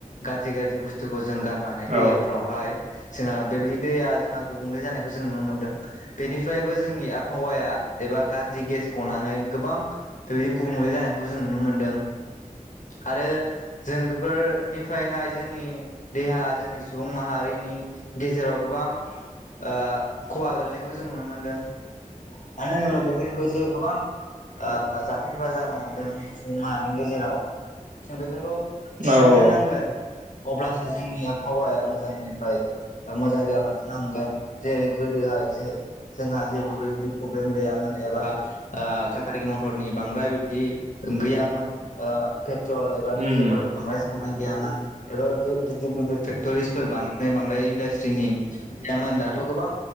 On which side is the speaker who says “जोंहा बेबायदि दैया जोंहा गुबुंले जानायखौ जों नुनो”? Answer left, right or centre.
Left